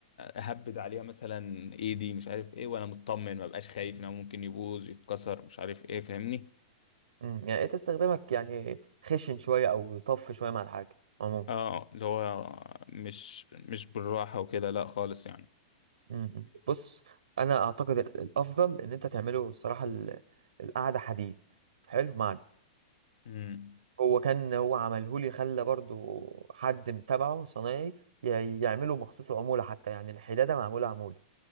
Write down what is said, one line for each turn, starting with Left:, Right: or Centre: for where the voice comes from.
Left: اهبد عليها مثلا ايدي مش عارف ايه وانا مطمن ما بقاش خايف ان هو ممكن يبوظ يتكسر مش عارف ايه فاهمني
Right: مم. يعني انت استخدامك يعني خشن شويه او طف شويه مع الحاجه عموما
Left: اه اللي هو مش مش بالراحه وكده لا خالص يعني
Right: مم. بص انا اعتقد ال- الافضل ان انت تعمله الصراحه ال- القعده حديد حلو معدن
Left: امم
Right: هو كان هو عمله لي خلى برضو حد متابعه صنايعي ي- يعمله مخصوص عموله حتى يعني الحداده معموله عموله